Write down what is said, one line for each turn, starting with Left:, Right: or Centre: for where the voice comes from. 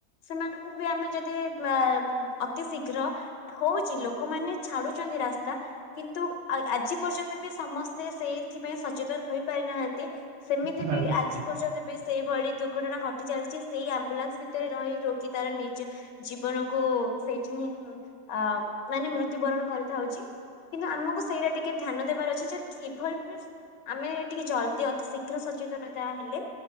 Left: ସେମାନଙ୍କୁ ବି ଆମେ ଯଦି ଆମ ଅତି ଶୀଘ୍ର ହଉଛି ଲୋକମାନେ ଛାଡୁଛନ୍ତି ରାସ୍ତା କିନ୍ତୁ ଆ ଆଜି ପର୍ଯ୍ୟନ୍ତ ବି ସମସ୍ତେ ସେଇଥିପାଇଁ ସଚେତନ ହୋଇପାରିନାହାନ୍ତି। ସେମିତି
Right: ନିଶ୍ଚିତ
Left: ବି
Right: ଭାବେ ନିଶ୍ଚିତ
Left: ଆଜି
Right: ଭାବେ।
Left: ପର୍ଯ୍ୟନ୍ତ ବି ସେଇଭଳି ଦୁର୍ଘଟଣା ଘଟି ଚାଲିଛି ସେଇ ଆମ୍ବୁଲାନ୍ସ ଭିତରେ ରହି ରୋଗୀ ତାର ନିଜ ଜୀବନକୁ ସେଇଠି ହିଁ ଆ ମାନେ ମୃତ୍ୟୁବରଣ କରିଥାଉଛି କିନ୍ତୁ ଆମକୁ ସେଇଟା ଟିକେ ଧ୍ୟାନ ଦେବାର ଅଛି ଯେ କିଭଳି ଭାବେ ଆମେ ଟିକେ ଜଲ୍ଦି ଅତି ଶୀଘ୍ର ସଚେତନତା ହେଲେ